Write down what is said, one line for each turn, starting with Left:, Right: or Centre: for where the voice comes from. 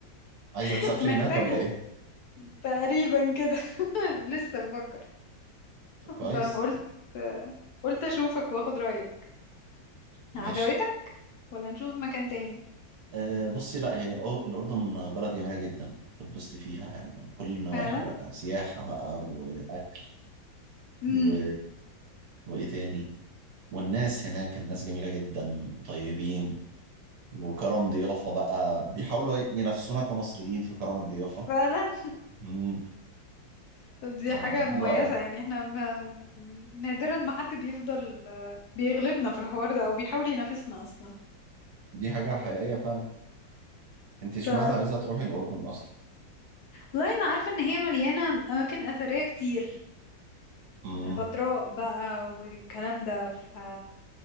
Right: عايزة تسافري
Left: <laughs> محتاجة
Right: هناك ولا ايه؟
Left: تقريبا كده <laughs> لسه بفكر
Right: طب كويس
Left: فقلت قلت أشوفك وأخد رأيك
Right: ماشي
Left: عجبتك ولا نشوف مكان تاني
Right: آه بصي لا هي الأو- الأردن بلد جميلة جدا تتبسطي فيها يعني من كل النواحي
Left: فعلا؟
Right: بقى سياحة بقى وأكل
Left: امم
Right: و... وإيه تاني والناس هناك الناس جميلة جدا وطيبين وكرم ضيافة بقى بيحاولوا ينافسونا كمصريين في كرم الضيافة
Left: فعلا
Right: مم.
Left: طب دي
Right: آه،
Left: حاجة مميزة
Right: حلوة أوي
Left: يعني احنا ما يعني نادرا ما حد بيفضل آه، بيغلبنا في الحوار ده أو بيحاول ينافسنا أصلا
Right: دي حاجة حقيقية فعلا انت اشمعنى
Left: بتاعت
Right: عايزه تروحي الاردن اصلا
Left: لا انا عارفه ان هي مليانه اماكن اثريه كتير
Right: امم
Left: البتراء بقى والكلام ده ف